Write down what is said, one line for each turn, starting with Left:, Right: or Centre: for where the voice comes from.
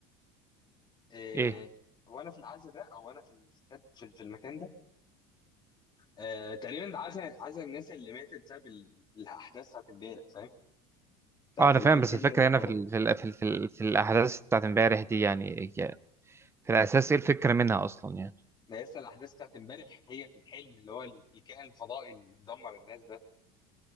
Left: آه،
Right: ايه
Left: وانا في العزا ده او انا في ال- في في المكان ده آه تقريبا عزا عزا الناس اللي ماتت بسبب ال- الاحداث بتاعت امبارح فاهم بتاعت
Right: اه انا
Left: اللي
Right: فاهم
Left: هو الكائن
Right: بس الفكرة
Left: الفضائي
Right: هنا في ال في ال في, ال في, ال في الاحداث بتاعت امبارح دي يعني هي في الاساس ايه الفكرة منها اصلا يعني
Left: ده لسه الاحداث بتاعت امبارح هي في الحلم اللي هو ال- الكائن الفضائي اللي مدمر الناس ده